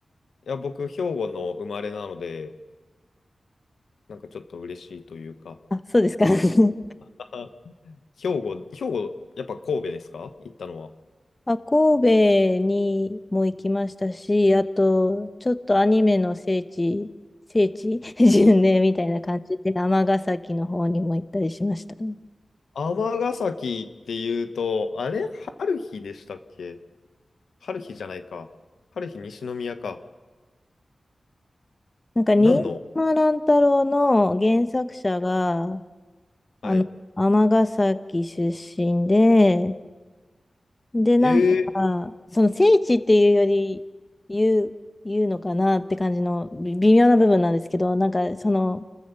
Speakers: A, on the left; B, on the left.
A: いや、僕、兵庫の生まれなので、なんかちょっと嬉しいというか、
B: あ、そうですか。<laughs>
A: あ兵庫、兵庫、やっぱ神戸ですか行ったのは。
B: まあ、神戸にも行きましたし、あと、ちょっとアニメの聖地、聖地 <laughs> 巡礼みたいな感じで、尼崎の方にも行ったりしましたね。
A: 尼崎っていうと、あれ春日でしたっけ春日じゃないか。春日西宮か。
B: なんか、新島乱太郎の原作者が、
A: 何のはい。
B: あの、尼崎出身で、で、なんか、
A: え
B: その聖地っていうより、言う、言うのかなって感じの微微妙な部分なんですけど、なんか、その、